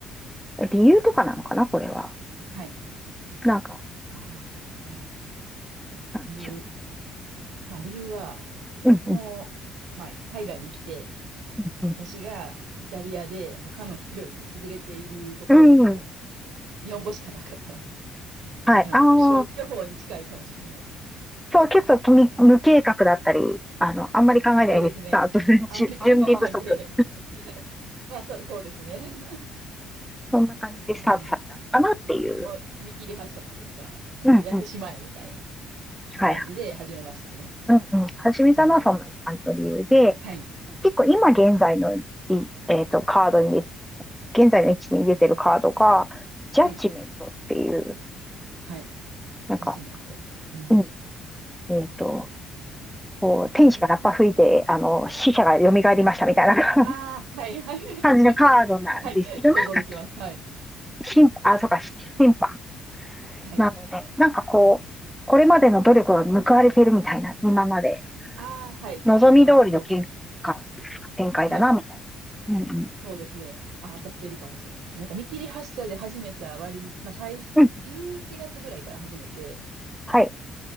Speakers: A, in the centre; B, on the right.
A: 理由とかなのかな、これは。
B: はい。
A: なんか、
B: ああ、はい。
A: なんでしょ
B: 理由。まあ、理由は、
A: ううん、
B: もう、
A: うん、
B: まあ、海外に来て、
A: うん。
B: 私がイタリアで他の人より優れているところがもう、
A: うん。うん。
B: い日本語しかなかった。
A: はい。
B: だからもう消去法に近いかもしれないです。
A: ああ、そう、結構無無計画だったり、あの、あんまり考えないでスタート
B: あ、そうですね。
A: <laughs> 準
B: あまり考えないで。
A: 備不足。
B: <laughs> まあ、そ、そうですね。<laughs>
A: そんな感じでスタートされたのかなっていう。
B: うん。もう見切り発車というか、もうやってしまえみたいな
A: うんうん。はいはい。
B: 感じで始めましたね。
A: うんうん。始めたのはそんな感じの理由で、
B: うん。はい。
A: 結構今現在のいえっと、カードに現在の位置に出てるカードが、ジャッジメントっていう、
B: はい。はい。
A: なんか、
B: ジャシメント。うん。
A: うん、えっと、こう、天使がラッパ吹いて、あの、死者が蘇りましたみたいな <laughs>
B: ああ、はい、はい、はい。
A: 感じのカードなんですけど、
B: だけ、はい。想像できます。
A: なんか、
B: はい。
A: 審判、あ、そうか、審判
B: はい。
A: なので、なんかこう、これまでの努力が報われてるみたいな、今まで、
B: ああ、はい。
A: 望み通りの結果、
B: それは、そう。
A: 展開だな、
B: はい。
A: みたいな。うんうん。
B: そうですね。あ、当たってるかもしれないです。なんか見切り発車で始めた割に、まあ最初、
A: うん、
B: 11月ぐらいから始めて、
A: はい。